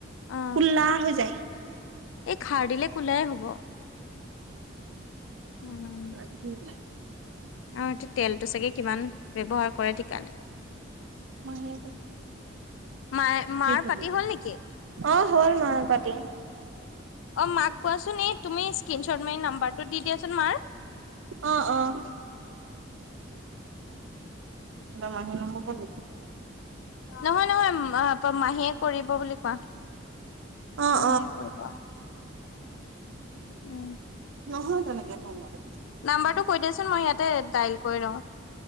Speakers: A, on the left; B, on the right.
A: অ
B: কল্লা হৈ যায়।
A: এই খাৰ দিলে কোলাই হ'ব। উম
B: লাগিল।
A: অ সটো তেলটো চাগে কিমান ব্যৱহাৰ কৰে ঠিক নাই।
B: মাহি।
A: মায়ে মাৰ
B: কি হল
A: পাতি নেকি?
B: অ হ'ল ম তাতি।
A: অ মাক কোৱাচোন এই। তুমি স্ক্ৰনশ্বট ম নাম্বাৰটো দি দিয়াচোন মাৰ।
B: অ', অ', ম মাহি নহ কত।
A: নহয় নহয় মাহীয়ে কৰিব বুলি কোৱা।
B: অ',
A: মহীয়ে কৰিব। উম,
B: নহয় তেনেকে ফমাৰ।
A: নাম্বাৰটো কৈ দিয়চোন মই ইয়াতে ডাইল কৰি লওঁ।